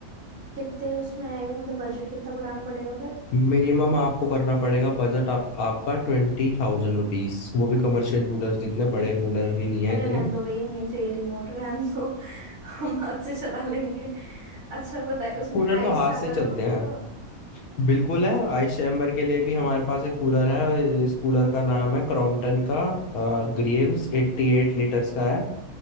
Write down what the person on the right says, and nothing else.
कितने उसमें आएगा मतलब बजट कितना बढ़ाना पड़ेगा फिर
अरे
रहने दो भैया नहीं चाहिए रिमोट रहने <laughs> दो हम हाथ से चला लेंगे अच्छा बताइए उसमें
आइस
चैम्बर
का कुछ
होगा